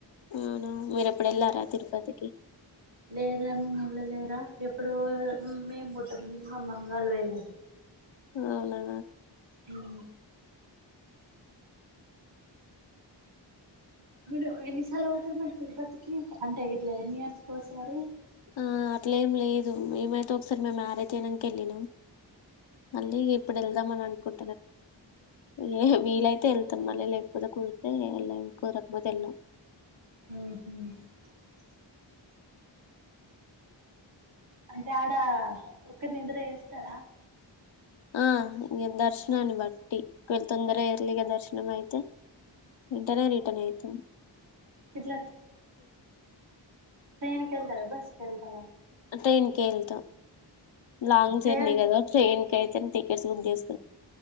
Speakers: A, on the left; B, on the right.
A: నానా మ అప్పుడ ఎలా రా తరుపతికి
B: లేదరా మేము వెళ్ళలేరా ఎప్పుడు మేము పుడ్ట్ట ముందు మామ్మమ్మ వాళ్ళు వెళ్ళదు
A: అవునా
B: అవు మీరు ఎన్నిసార్లు అవుతారు మరి తిరుపతికి అంటే ఇట్లా ఎన్ని ఇయర్స్కోసారి
A: ఆ అట్లే ఏం లేదు ఏమైతే ఒకసారి మేము మ్యారేజ్ అయ్యాక ెళ్ళినాం మళ్ళీ ఇప్పుడు వెళ్దాం అని అనుకు య ఏ వీలైతే వెళ్తాం మళ్ళీ లేకపోతే కూరితేళ కురకపోతే వెళాం
B: ఆహ అంటే ఆడ ఒక్కరి నిద్ర వేస్తారా
A: ఆ ఇ దర్శనని బట్టి వెళ తొందర ఇర్లిగా దర్శనం అయితే రింటనే రిటర్న్ యితే
B: ఇట్ల ట్రైన్ కళ్తార బస్ చెకన్ పా
A: ట్రైన్కిళతో లాంగ్
B: ట్రైన్
A: జర్నీ అద ట్రైన్ కైతే తటిెట్స్లుమ్ స్